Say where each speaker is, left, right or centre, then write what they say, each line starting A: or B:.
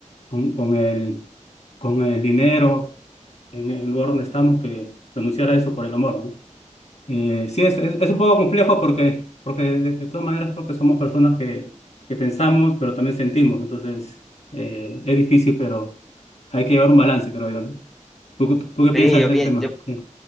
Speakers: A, on the left (about 55°); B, in the centre.
A: con, con el, con el dinero en el lugar donde estamos que renunciar a eso por el amor, ¿no? Eh, sí, es, es, es un poco complejo porque, porque de, de todas maneras creo que somos personas que, que pensamos, pero también sentimos. Entonces, eh, es difícil, pero hay que llevar un balance, creo yo, ¿no? ¿Tú, tú, tú qué piensas
B: Sí, yo,
A: de
B: pienso
A: ese tema? Sí,